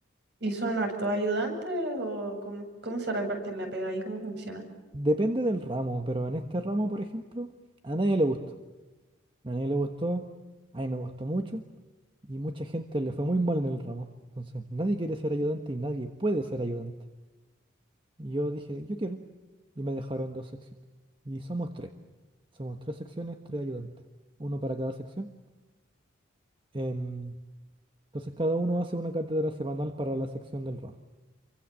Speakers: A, on the right; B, on the right.
A: ¿Y son hartos ayudantes o cómo, cómo se reparten la pega y cómo funciona?
B: Depende del ramo, pero en este ramo, por ejemplo, a nadie le gustó. A nadie le gustó, a mí me gustó mucho y mucha gente le fue muy mal en el ramo. Entonces, nadie quiere ser ayudante y nadie puede ser ayudante. Y yo dije, yo quiero. Y me dejaron dos secciones. Y somos tres. Somos tres secciones, tres ayudantes. Uno para cada sección. Em, entonces cada uno hace una cátedra semanal para la sección del ramo.